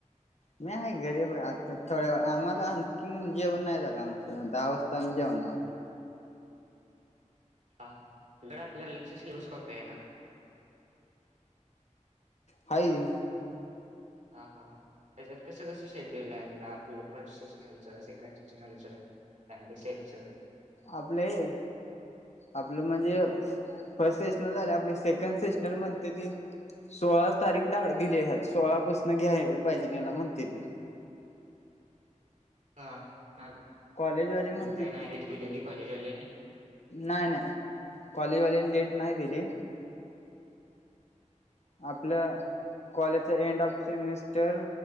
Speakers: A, on the left (about 60°); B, on the right (about 75°).
A: मी आहे घरीच आता थोड्या आम्हाला आणखी जेवण नाही झालं आमचं दहा वाजता आम्ही जेवणार.
B: हा हा दर आपल्या <unintelligible> सिलेबस कॉपी आहे ना.
A: हाय ते
B: हा हा हा. त्याच्यात कसं कसं शेड्यूल आहे आपलं आपलं फर्स्ट सेशनलचं सेकंड सेशनलचं. <unintelligible>
A: आपल्याहे. आपलं म्हणजे फर्स्ट सेशनर झाले आपली सेकंड सेशनर म्हणते ती सोळा तारीख ढाल दिल्या ह्यात सोळापासून घ्यायला पाहिजे याला म्हणते ते.
B: हा <inaudible>
A: कॉलेजवाले म्हणते
B: अजून काय नाय एड दिलेली कॉलेज वाल्यांनी.
A: नाय नाय कॉलेजवाल्याने डेट नाही दिली. आपल्या कॉलेजचा एंड ऑफ सेमिस्टर